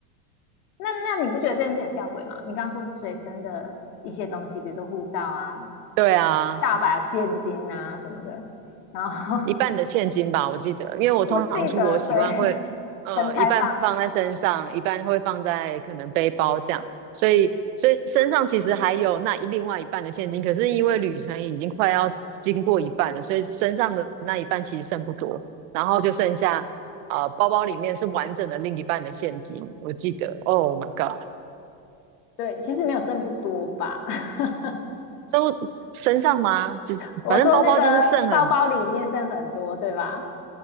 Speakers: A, on the left; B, on the right.
A: 那那你不觉得这件事很吊诡吗？你刚刚说是随身的一些东西，比如说护照啊、
B: 对啊，
A: 大把现金啊什么的。然后
B: 一半的现金吧，我记得，
A: <laughs>
B: 因为我通常出国习惯会，
A: 我记得对
B: 呃，
A: 分开放，
B: 一半放在身上，一半会放在可能背包这样，所以所以身上其实还有那一另外一半的现金，可是因为旅程已经快要经过一半了，所以身上的那一半其实剩不多，然后就剩下，呃，包包里面是完整的另一半的现金，我记得，Oh my God，
A: 对，其实没有剩不多吧 <laughs>。
B: 都身上吗？就反正包包就是剩很，
A: 我说那个包包里面剩很多，对吧？